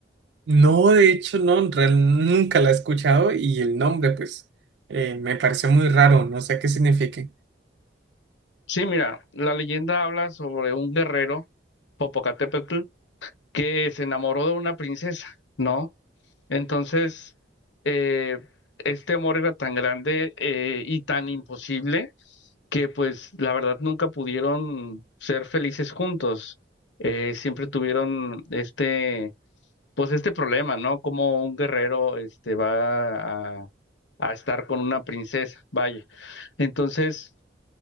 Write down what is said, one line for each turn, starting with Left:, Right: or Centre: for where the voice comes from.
Right: No, de hecho, no, en real- nunca la he escuchado y el nombre, pues, eh, me pareció muy raro. No sé qué significa.
Left: Sí, mira, la leyenda habla sobre un guerrero, Popocatépetl, que se enamoró de una princesa, ¿no? Entonces, eh, este amor era tan grande eh, y tan imposible que, pues, la verdad nunca pudieron ser felices juntos. Eh, siempre tuvieron este, pues, este problema, ¿no? Como un guerrero, este, va a a estar con una princesa, vaya. Entonces,